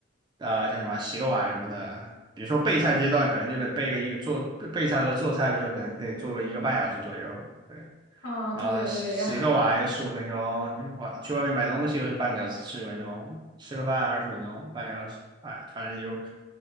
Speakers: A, on the right; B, on the left.
A: 呃叫什么洗个碗什么的。比如说备菜阶段，可能就得备个一个做备菜和做菜的时候，可能得做个一个半小时左右。对。
B: 啊，
A: 然后洗洗个碗有十五分钟，
B: 对呀对呀，
A: 我去外面买东西又是半个小时，四十分钟，吃个饭二十分钟，半个小时，哎，反正就